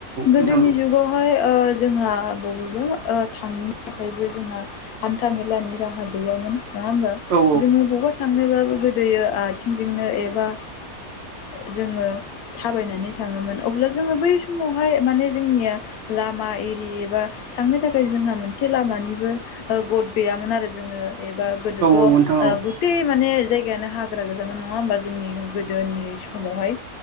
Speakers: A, on the left; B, on the right.
A: गोदोनि
B: औ नोंथां
A: जुगावहाय ओ जोंहा बहुथ थांनो थाखायबो जोंहा हान्था मेलानि राहा गैयामोन नङा होमबा
B: औ
A: जोङो बबा थांनोबाबो गो दैयो आथिंजोंनो एबा जोङो थाबायनानै थाङोमोन अब्ला जो जोङो बै समावहाय माने जोंनिया लामा एरि एबा थांनो थाखाय जोंहा मोनसे लामा निबो ओ गथ गैयामोन आरो जोङो गोदोथ ओ
B: औ नोंथां औ औ
A: गुथे माने। जायगायानो हाग्रा गोजामोन नङा होमबा जोंनि गोदोनि समावहाय